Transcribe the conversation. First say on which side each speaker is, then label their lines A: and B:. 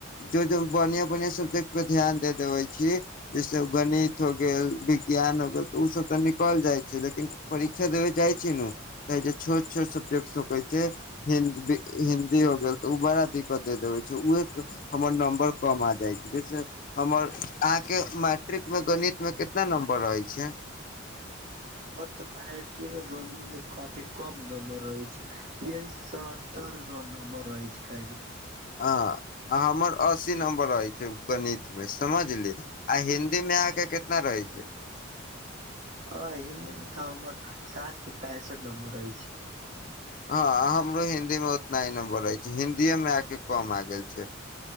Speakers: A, on the left; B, on the right.
A: जो जो बन बढ़िया सब्जेक्ट पर ध्यान दे देबे छी जैसे गणित हो गेल विज्ञान हो गेल तऽ ओ सब तऽ निकल जाइ छै लेकिन परीक्षा देबे जाइत छी नु त छोट छोट सब्जेक्ट कहै छै हिन्दी हो गेल तऽ ओ बड़ा दिक्कत दे देबै छै उह हमर नम्बर कम आ जाइ छै जैसे हमर अहाँके मैट्रिकमे गणितमे कितना नम्बर रहै छै
B: हम तऽ मैट्री मे गनि मे काफी कम नम्बर रहै छै यही सत्तर नम्बर रहै छै क
A: ह हमर अस्सी नम्बर रहै छै गणित मे समझली आ हिन्दी मे अहाँके कना रहै छै
B: ह हिन्दी मे तऽ हमर साठ के पैंसठ नं्बर रहैय छै
A: हँ हमरो हिंदीमे उतना ही नम्बर रहैत छै हिंन्दीएमे आकेऽ कम आ गेल छै